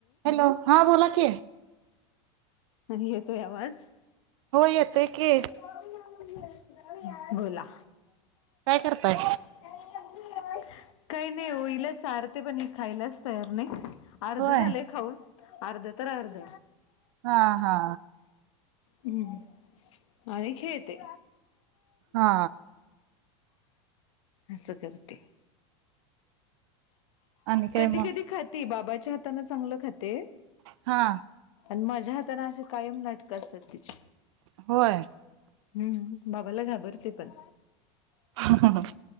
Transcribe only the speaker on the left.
नाही येतोय आवाज?
<unintelligible> बोला.
<unintelligible> काही नाही ओ हिला चारते पण हि खायलाच तयार नाही. अर्ध
झालंय खाऊन, अर्ध तर अर्ध.
हम्म, आणि खेळते.
अस करते.
कधी
कधी खाते बाबाच्या हातान चांगल खाते,
आणि माझ्या हातान अशे कायम नाटकं असतात तिची.
हम्म बाबाला घाबरते पण.